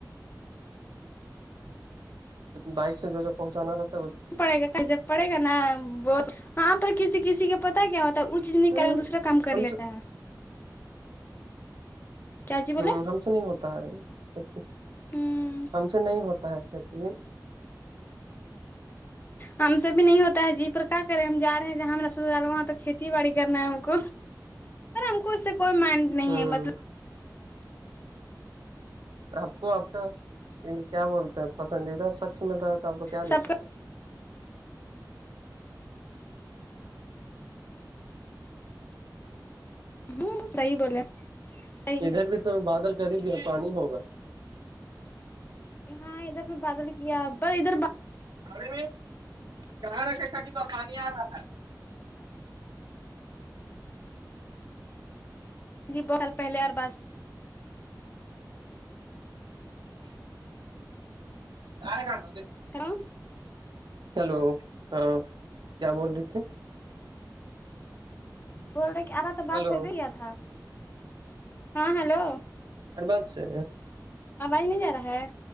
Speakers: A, on the right; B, on the left.
A: بائک سے جو پہنچانا ل
B: پڑے گا کہ جب پڑے گا نا ب وہاں پر کسی کسی کا پتا کیا ہوتا ہے اس چیز نہیں
A: ہیں
B: کر دوسرا کام کر
A: ہم
B: لیتا
A: سے
B: ہے کیا جی بولے
A: ہ ہم سے نہیں ہوتا ہے کھیتی
B: ہوں
A: ہم سے نہیں ہوتا ہے کھیتی
B: ہم سےب بھی نہیں ہوتا ہے جی پر کیا کریں ہم جا رہے ہیں جہاں ہم ر س وہاں تو کھیتی باڑی کرنا ہے ہم کو س ہم کو اس سے کوئی مائنڈ نہیں
A: ہاں
B: ہے مطلب
A: آپ کو آپ کا یہ کیا بولتے ہیں پسندیدہ شخص مل رہا تھا تو آپ کو کیا
B: سب
A: دقت ہے
B: ہوں صاہ بولے صحیح
A: ادھر
B: ہے
A: بھی تو بادل کر ہی دیا پانی ہوگا
B: ہاں ادھر بھی بادل کیا پر ادھر
A: ارے کہاں رکھ ک ج کا پانی آ رہا ہے
B: جی بہ سال پہلے اور بات
A: ائے گ ن
B: ہیلو
A: ہیلو ہاں کیا بول رہی تھھی
B: بول رہے کہ ارا تو بات
A: ہلو
B: ہو بھییا تھا ہاں ہلو
A: ارباد سے
B: آواز نہیں جا رہا ہے